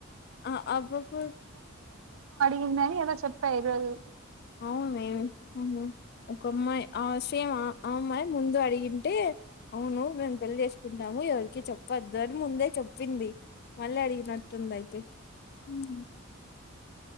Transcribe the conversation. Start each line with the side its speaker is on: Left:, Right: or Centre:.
Left: అ అబ్బప్పు
Right: నిన్ననే ఏదో చెప్పే ఈరోజు
Left: అవును ఏమి ఊహు ఒకమ్మాయి ఆష్ తేమ్ అ ఆ అమ్మాయే ముందు అడిగంటె అవును మేం పెళ్లి చెస్ ఇదినము ఎవరికి చెప్పద్దు అని ముందే చెప్పింది మళ్ళీ అడిగినట్టుంది తడి మ్మ్